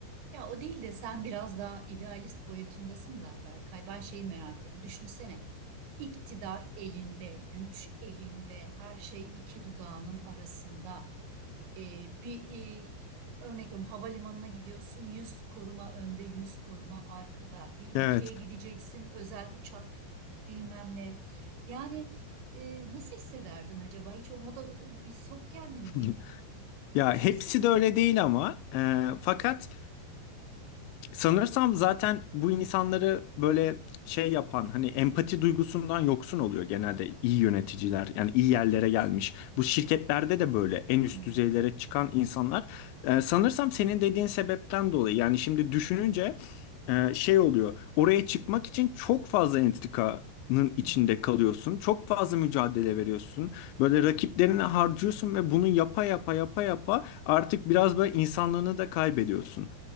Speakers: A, on the right (about 90°); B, on the left (about 85°).
A: Ya o değil de sen biraz daha idealist boyutundasın da Berkay. Ben şeyi merak ediyorum. Düşünsene. İktidar elinde, güç elinde, her şey iki dudağının arasında. Ee, bir e, örnek veriyorum havalimanına gidiyorsun, 100 koruma önde, 100 koruma arkada. Bir
B: Evet.
A: ülkeye gideceksin, özel uçak, bilmem ne. Yani e, nasıl hissederdin acaba? Hiç o moda bir sok kendini
B: <laughs>
A: bir
B: Ya
A: düşünsene.
B: hepsi de öyle değil ama e, fakat Sanırsam zaten bu insanları böyle şey yapan hani empati duygusundan yoksun oluyor genelde iyi yöneticiler yani iyi yerlere gelmiş. Bu şirketlerde de böyle en üst
A: Hmm.
B: düzeylere çıkan insanlar e, sanırsam senin dediğin sebepten dolayı yani şimdi düşününce e, şey oluyor oraya çıkmak için çok fazla entrikanın
A: Hmm.
B: içinde kalıyorsun. Çok
A: Hmm.
B: fazla mücadele veriyorsun. Böyle rakiplerine harcıyorsun ve bunu yapa yapa yapa yapa artık biraz böyle insanlığını da kaybediyorsun.